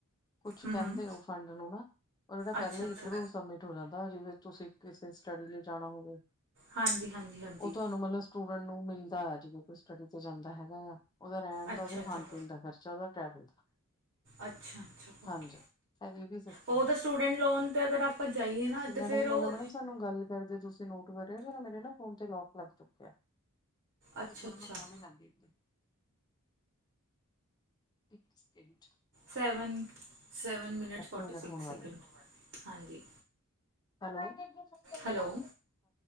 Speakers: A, on the left; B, on the right.
A: ਕੁਛ
B: ਹਮ
A: ਕਹਿੰਦੇ
B: ਹਮ
A: ਉਹ ਫੰਡ ਨੂੰ ਨਾ ਉਹਨਾਂ ਨੇ
B: ਅੱਛਾ
A: ਪਹਿਲਾਂ
B: ਅੱਛਾ
A: ਈ ਇੱਧਰੋਂ ਸਬਟ ਹੋ ਜਾਂਦਾ ਜਿਵੇਂ ਤੁਸੀਂ ਕਿਸੇ ਸਟੱਡੀ ਲਈ ਜਾਣਾ ਹੋਵੇ
B: ਹਾਂਜੀ ਹਾਂਜੀ ਹਾਂਜੀ
A: ਉਹ ਤੁਹਾਨੂੰ ਮਤਲਬ ਸਟੂਡੈਂਟ ਨੂੰ ਮਿਲਦਾ ਹੈ ਜਿਵੇ ਕੋਈ ਸਟੱਡੀ ਤੇ ਜਾਂਦਾ ਹੈਗਾ ਆ, ਉਹਦਾ ਰਹਿਣ
B: ਅੱਛਾ
A: ਦਾ ਵੀ
B: ਅੱਛਾ
A: ਖਾਣ ਪੀਣ ਦਾ ਖਰਚਾ ਉਹਦਾ ਟਰੈਵਲ ਦਾ।
B: ਅੱਛਾ ਅੱਛਾ ਓਕੇ
A: ਹਾਂਜੀ ਇਹ ਵੀ ਸਿਸਟਮ
B: ਉਹ
A: ਹੈ
B: ਤਾਂ ਸਟੂਡੈਂਟ ਲੋਨ ਤੇ ਅਗਰ ਆਪ ਆਪਾਂ ਜਾਈਏ ਨਾ
A: ਕਿੰਨਾ
B: ਤੇ ਫੇਰ
A: ਟਾਈਮ
B: ਉਹ
A: ਹੋ ਗਿਆ ਮੈਡਮ ਸਾਨੂੰ ਗੱਲ ਕਰਦੇ ਤੁਸੀਂ ਨੋਟ ਕਰਿ ਹੋ ਮੇਰੇ ਨਾ ਫੋਨ ਤੇ ਲੋਕ ਲੱਗ ਚੁੱਕਿਆ
B: ਅੱਛਾ
A: ਇੱਕ ਮਿੰਟ
B: ਅੱਛਾ
A: ਮੈਂ ਫੋਨ ਨੀ ਲੱ <unintelligible> ਇੱਕ second
B: seven seven minute forty
A: minute
B: ਸਿਕਸ
A: ਹੋਣ ਵਾਲੇ
B: ਸੈਕਿੰਡ
A: ਆ।
B: ਹਾਂਜੀ
A: ਹੈਲੋ ਹਾਂਜੀ।
B: ਹੈਲੋ